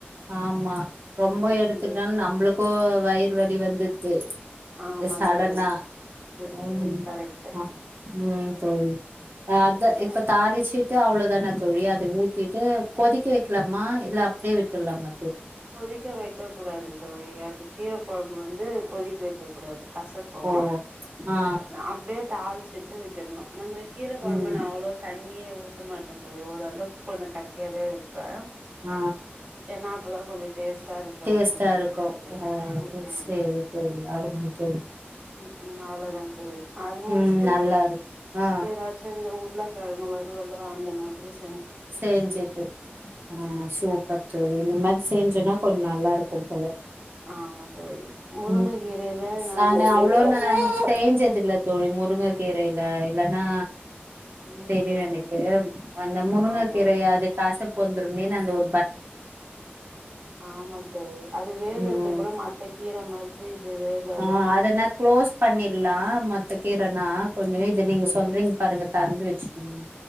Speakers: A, on the right; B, on the right.
A: ஆமா ரொம்ப
B: ம்
A: எடுத்துட்ட
B: ம்
A: நம்மளுக்கும் வயிறு வலி வந்துரு
B: ஆமா
A: து சடனா
B: தோழி
A: உஹம்ஹ்
B: ம் ம் கரெக்ட்டு
A: உம் தோழி அத
B: ஆ
A: இப்ப தாளிச்சுட்டு அவ்வளோதானா தோழி அது ட்டிட்டு கொதிக்க வைக்கலாமா இல்ல அப்டியே விட்டுட்லாமா
B: கொதிக்க வைக்க கூடாது தோழி அது கீர கொழம்பு வந்து கொதிக்க வைக்க கூடாது கசக்கு
A: அப்போ ஆ
B: அ நா அப்டியே தாள்ச்சிட்டு விட்டுட்ணு நம்ம கீர கொழம்பு
A: ம்
B: நா அவ்ளோ தண்ணியே ஊத்த மாட்டே தோ ஓரளவுக்கு கொஞ்ச கட்டியாவே ப்பே
A: ஆ
B: ஏனா அப்பதா கொஞ்ச டேஸ்ட்டா இருக்கிற
A: டேஸ்ட்டா
B: மாதிரி இருக்கு தோழி
A: ஓ
B: எனக்கு ம் ம்
A: சேரி தோழி அருமை தோழி
B: ம் ம் அவ்ளோ தா தோழி அது முடிச்சுட்டு
A: ம் நல்லா இருக்கு ஆ
B: எதாச்சு இந்த உர்ளக் கெழங்கு வருவலு அந்த மாதிரிஸ்
A: செஞ்சுட்டு ஆ
B: ம்
A: சூப்பர் தோழி இந்த மாரி செஞ்சோனா கொஞ்ச நல்லா இருக் கும் போல
B: ஆமா தோழி முருங்கக்கீரையில
A: ம் சானா
B: நானு இந்த
A: அவ்ளோ
B: கே
A: நா சேஞ்சு ஞ்சதில்ல தோழி முருங்க கீரைல இல்லனா
B: ம்
A: தெரியு
B: தோழி
A: எனக்கு வந்த முருங்க
B: ஆமா
A: கீரையா அது கசப்பு வந்துருமேனு அந்த ஒ
B: ஆமா தோழி அது வேகறது
A: ம்
B: கூட மத்த கீர மாதிரி இது வேகா
A: ஆ அத நா குளோஸ் பண்ணிற்லா மத்த கீரனா கொஞ்ச இத நீங்க சொல்றீங் அப்ற இந்த தண்டு வெச்சுக்ணும்